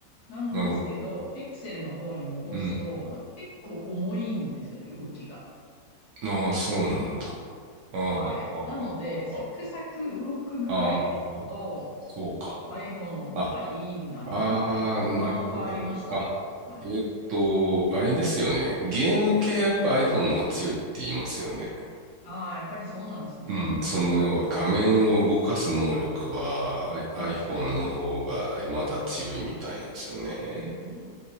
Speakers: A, on the left (about 60°); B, on the right (about 80°).
A: なんですけど、
B: なるほど。
A: ピクセルの方に戻すと、
B: うん。
A: なんか結構重いんですよね、動きが。
B: ああ、そうなんだ。ああ、
A: はい。
B: はあはあはあは
A: なので、サクサク動く具合ですと、
B: あああ、そうか。
A: iPhone の方がいいんだなって不満はありました。
B: あ、ああ、なるほど。あ、
A: はい。
B: えーっと、あれですよね。ゲーム系はやっぱ iPhone のは強いって言いますよね。
A: ああ、やっぱりそうなんですね。
B: うん、その要は画面を動かす能力は I-
A: はいはいはい。
B: iPhone の方がまだ強いみたいなんですよね。
A: うんうん